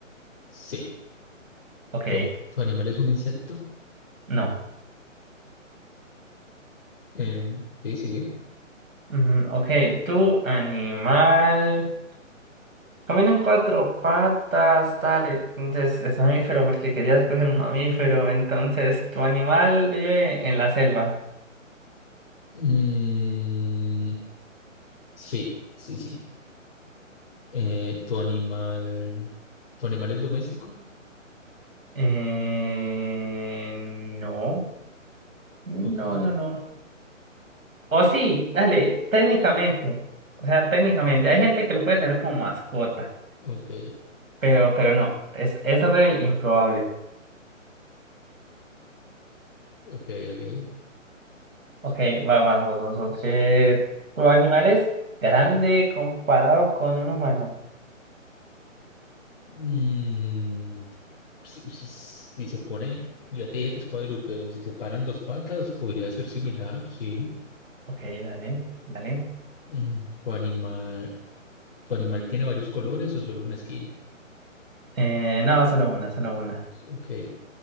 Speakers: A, on the left (about 45°); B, on the right (about 85°).
A: Sí.
B: Ok,
A: ¿Tu, tu animal es un insecto?
B: no.
A: Eh, sí, sigue.
B: Ujú, ok, tú, animal, camina en cuatro patas, dale, entonces es mamífero porque querías coger un mamífero, entonces tu animal vive en la selva.
A: Mm, sí, sí, sí. Eh, ¿tu animal, tu animal es doméstico?
B: Eh, no, no,
A: Ok,
B: no, no. O sí, dale, técnicamente. O sea, técnicamente. Hay gente que lo puede tener como mascota,
A: ok,
B: pero, pero no, es, es re improbable.
A: ok, ok.
B: Ok, va, vas, vos, vos, vos. Eh, ¿tu animal es grande comparado con un humano?
A: Mm, si, si- si se pone, yo te dije que es cuadrúpedo, si se paran dos patas, podría ser similar, sí.
B: Ok, dale, dale.
A: Mm, ¿Tu animal, tu animal tiene varios colores o solo una skin?
B: Eh, no, solo una, solo una.
A: Ok,